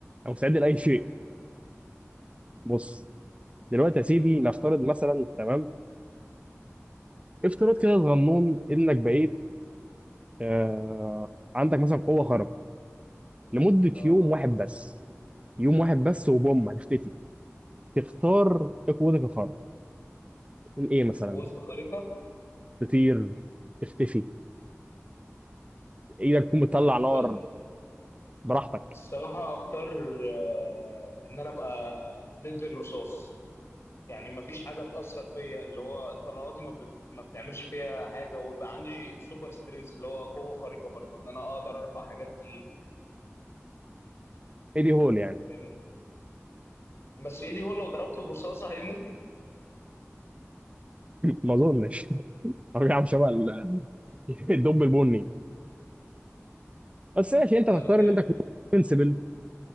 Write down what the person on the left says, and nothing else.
<laughs>
امم
اه
قوات الخارقه
أخت...
الصراحه اختار آه، ان انا ابقى ضد الرصاص يعني ما فيش حاجه تاثر فيا اللي هو طلقاتي ما, بت... ما بتعملش فيها حاجه ويبقى عندي سوبر سترينث اللي هو قوه خارقه برضو ان انا اقدر ارفع حاجات تقيله
فاهمني بس ايدي هو لو ضربته برصاصه هيموت
انا
بحب